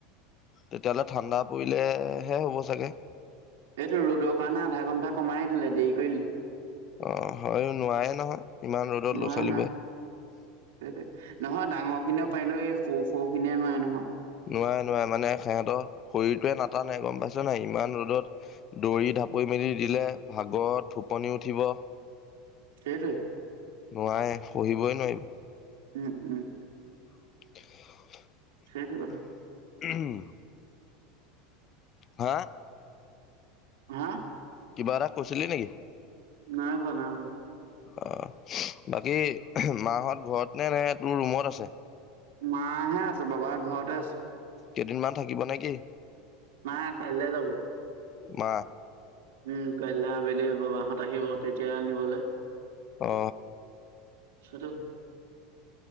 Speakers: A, on the left; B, on the right.
A: তেতিয়াহ'লে ঠাণ্ডা পৰিলেহে হ'ব চাগে।
B: এইটো ৰ'দৰ কাৰণে আধা ঘণ্টা কমাই দিলে দেৰি কৰি দিলে।
A: অ হয়, নোৱাৰেও নহয় ইমান ৰ'দত
B: নোৱাৰে
A: ল'ৰা ছোৱালীবোৰে।
B: নোৱাৰে সেইটোৱে। নহয় ডাঙৰ খিনিয়েও পাৰিলেও, এই সৰু সৰু খিনিয়ে নোৱাৰে নহয়।
A: নোৱাৰে নোৱাৰে। মানে সেহেতৰ শৰীৰটোৱে নাটানে, গম পাইছ নাই? ইমান ৰ'দত দৌৰি ঢাপৰি মেলি দিলে ভাগৰত সুপনি উঠিব।
B: হেটোৱে।
A: নোৱাৰে, পঢ়িবই নোৱাৰিব।
B: উম উম।
A: <inaudible>
B: সেইটো কথা।
A: উম। হা?
B: হা?
A: কিবা এটা কৈছিলি নিকি?
B: নাই কোৱা, নাই কোৱা।
A: অ, বাকী মা হত ঘৰত নে নে তোৰ ৰুমত আছে?
B: মা হে আছে, বাবা ঘৰতে আছে।
A: কেইদিনমান থাকিব নে কি?
B: নাই, কাইলৈ যাব।
A: মা?
B: উম, কাইলৈ আবেলি বাবাহঁত আহিব তেতিয়া নিবলে।
A: অ।
B: <unintelligible>